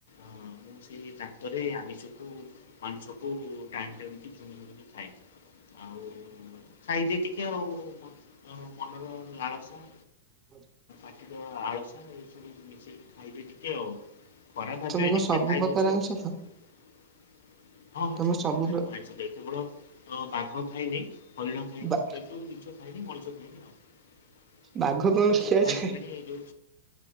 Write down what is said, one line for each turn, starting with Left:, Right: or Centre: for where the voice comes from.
Left: ହଁ ମୁଁ ସେଇ ତାନ୍ତରେ ଆମିଷକୁ ମାଂସକୁ ଟାଣି ଟାଣିକି ଝୁମଝୁିକି ଖାଏ। ଆଉ ଖାଇଦି ଟିକେ ଆଉ ମନର ଲାଳସା
Right: <inaudible>
Left: ପାର ଆଳସା ଏସବୁ ମିଶେଇକି ଖାଇବି ଟିକେ ଆଉ। ଖରା ଖାବିବେନ
Right: ତମକୁ
Left: ମୁ
Right: ସବୁ
Left: ଟିକେ ଖାଇଦଉଛିୁ
Right: ପ୍ରକାର ଆମିଷ
Left: ଆଉ।
Right: ଖାଅ
Left: ହଁ ହଁ
Right: ତମେ
Left: ସବୁ ପ୍ରକାର
Right: ପ୍ର-
Left: ମୁଁ ଆଇଁଷ ଖାଏ କେବଳ ଅ ବାଘ ଖାଇନି ହରିଣ ଖାଇନି
Right: ବା
Left: ଏଠୁ ଖାଇନି ମଣିଷକୁ ଆଉସବୁ
Right: ବାଘ କଣ ଖିଆଯାଏ
Left: ଖାଇସାରିଲେଣି ଏଯଉ